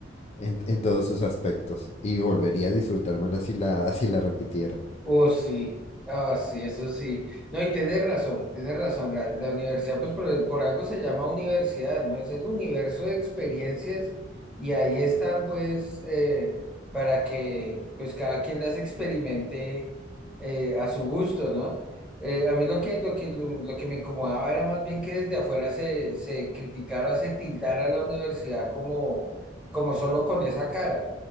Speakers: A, on the left (about 35°); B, in the centre.
A: en, en todos sus aspectos, y volvería a disfrutármela si la, si la repitiera.
B: Oh, sí, ah, sí, eso sí. No, y tenés razón, tenés razón. La, la universidad, pues por, por algo se llama universidad, ¿no? Es el universo de experiencias y ahí están, pues, eh, para que, pues, cada quien las experimente eh, a su gusto, ¿no? Eh, a mí lo que, lo que, lo, lo que me incomodaba era más bien que desde afuera se, se criticara, se tildara a la universidad como, como solo con esa cara.